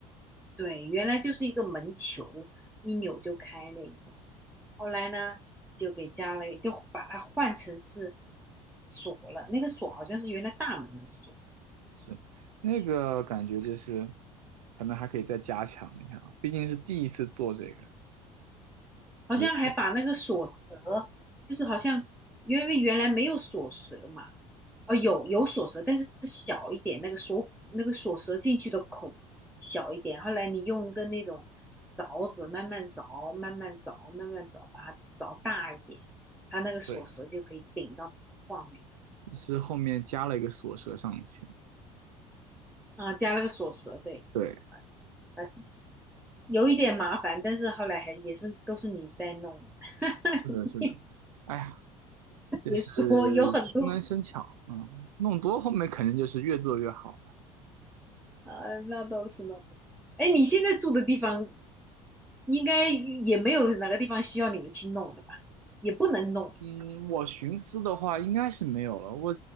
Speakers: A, in the centre; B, on the right (about 85°).
A: 对，原来就是一个门球，一扭就开那一种。后来呢，就给加了，就把它换成是锁了。那个锁好像是原来大门的锁，
B: 是那个感觉就是
A: 起来。
B: 可能还可以再加强一下啊，毕竟是第一次做这个，
A: 好像还把那个锁舌，
B: 也
A: 就是好像因为原来没有锁舌嘛，哦，有有锁舌，但是是小一点，那个锁那个锁舌进去的孔小一点。后来你用个那种凿子慢慢凿，慢慢凿，慢慢凿，把它凿大一点，它那个锁舌就可以顶到框里
B: 对，是后面加了一个锁舌上去。
A: 啊，加了个锁舌，对。
B: 对，
A: 啊，啊有一点麻烦，但是后来还也是都是你在弄，<laughs>
B: 是的，是的。哎呀，就是熟能生巧，
A: 你说有很多。
B: 嗯，弄多后面肯定就是越做越好了。
A: 啊，那倒是呢。哎，你现在住的地方应该也没有哪个地方需要你们去弄的吧？也不能弄。
B: 嗯，我寻思的话应该是没有了。我